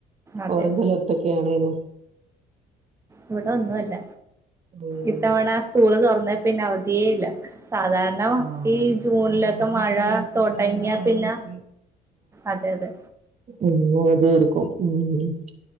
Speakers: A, on the right; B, on the right.
A: അതെ
B: ഓറഞ്ച് അലേർട്ടൊക്കെയാണ് നേനു
A: ഇവിടെ ഒന്നൂല്ല
B: ഉം
A: ഇത്തവണ സ്കൂള് തൊറ ന്നെ പിന്നെ അവധിയേ ല്ല സാധാരണ
B: ആഹ്
A: ഈ ജൂണിലെക്കെ
B: ആഹ് ഈ
A: മഴ
B: സമയത്തൊക്കെ
A: തൊടങ്ങിയ
B: നല്ല മഴയായിട്ട്
A: പിന്നെ അതെ അതെ
B: എന്നും അവധിയേര്ക്കും <unintelligible> ഉം